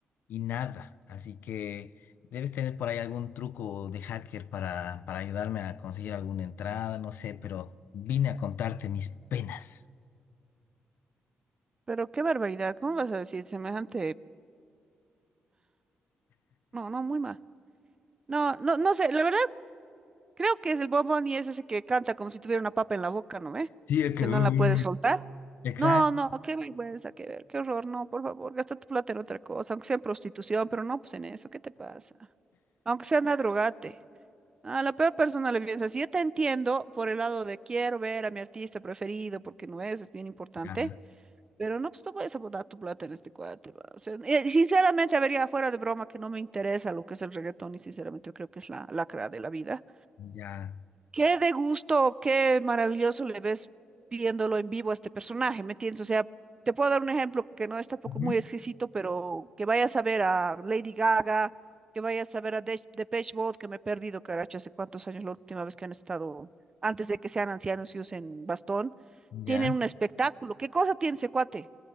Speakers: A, on the left; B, on the right.
A: y nada. Así que debes tener por ahí algún truco de hacker para, para ayudarme a conseguir alguna entrada, no sé, pero vine a contarte mis penas.
B: Pero qué barbaridad, ¿cómo vas a decir semejante? No, no, muy mal. No, no, no sé, la verdad creo que es el bombón y es ese que canta como si tuviera una papa en la boca, ¿no ve?
A: Sí, es que...
B: Que
A: uh,
B: no la puede soltar.
A: Exacto.
B: No, no, qué vergüenza, qué ver, qué horror, no, por favor, gasta tu plata en otra cosa, aunque sea en prostitución, pero no, pues en eso, ¿qué te pasa? Aunque sea anda a drogarte. A la peor persona le piensas, yo te entiendo por el lado de quiero ver a mi artista preferido, porque no es, es bien importante.
A: Ya,
B: Pero no, pues no vayas a botar tu plata en este cuate, va. O sea, eh, sinceramente, a ver, ya fuera de broma, que no me interesa lo que es el reggaetón y sinceramente yo creo que es la lacra de la vida
A: ya,
B: qué de gusto, qué maravilloso le ves viéndolo en vivo a este personaje, ¿me entiendes? O sea, te puedo dar un ejemplo que no es tampoco
A: ujú.
B: muy exquisito, pero que vayas a ver a Lady Gaga, que vayas a ver a Dej- Depeche Mode, que me he perdido, caracho, hace cuántos años la última vez que han estado, antes de que sean ancianos y usen bastón,
A: ya.
B: tienen un espectáculo. ¿Qué cosa tiene ese cuate?